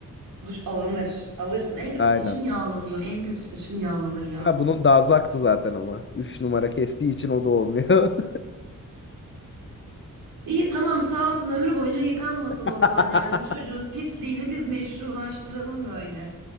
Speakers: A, on the right; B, on the left.
A: duş alınır. Alırsın. En kötü
B: Aynen.
A: saçın yağlanıyor. En kötü saçın yağlanır ya.
B: Ha bunun dazaktı zaten ama. üç numara kestiği için o da olmuyor.
A: İyi tamam sağ olsun ömrü boyunca yıkanmasın
B: <laughs>
A: o zaman yani bu çocuğun pisliğini biz meşrulaştıralım böyle.